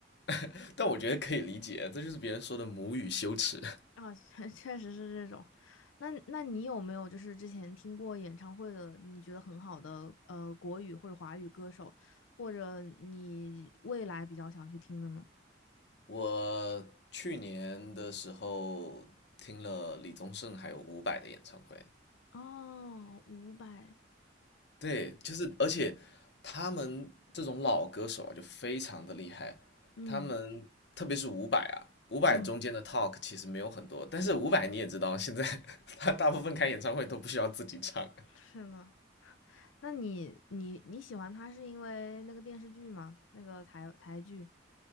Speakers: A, on the left; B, on the left.
A: <laughs> 但我觉得可以理解，这就是别人说的母语羞耻。
B: 啊，<laughs> 确确实是这种。那那你有没有就是之前听过演唱会的，你觉得很好的呃国语或者华语歌手，或者你未来比较想去听的呢？
A: 我去年的时候听了李宗盛还有伍佰的演唱会，
B: 哦，伍佰，
A: 对，就是而且他们这种老歌手啊，就非常的厉害。
B: 嗯
A: 他们特别是伍佰啊，伍佰中间的
B: 嗯，
A: talk 其实没有很多，但是伍佰你也知道，现在 <laughs> 他大部分开演唱会都不需要自己唱。
B: 是呢。那你你你喜欢他是因为那个电视剧吗？那个台台剧